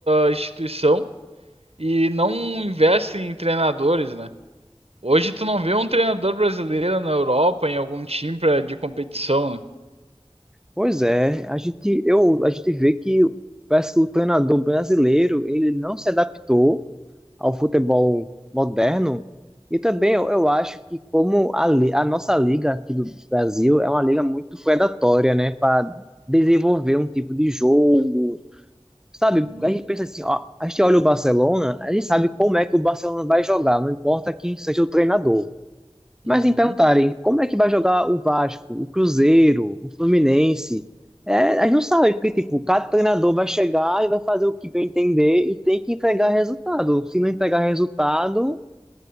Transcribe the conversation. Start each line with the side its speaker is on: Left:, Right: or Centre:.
Right: ah, instituição e não investe em treinadores, né? Hoje tu não vê um treinador brasileiro na Europa, em algum time pra, de competição, né?
Centre: Pois é, a gente, eu, a gente vê que parece que o treinador brasileiro ele não se adaptou ao futebol moderno e também eu, eu acho que como a, li- a nossa liga aqui do Brasil é uma liga muito predatória, né, para desenvolver um tipo de jogo, sabe?
Right: Uhum,
Centre: A gente pensa assim, ó, a gente olha o Barcelona, a gente sabe como é que o Barcelona vai jogar, não importa quem seja o treinador. Mas
Right: uhum.
Centre: me perguntarem como é que vai jogar o Vasco, o Cruzeiro, o Fluminense, é, a gente não sabe, porque tipo, cada treinador vai chegar e vai fazer o que bem entender e tem que entregar resultado. Se não entregar resultado,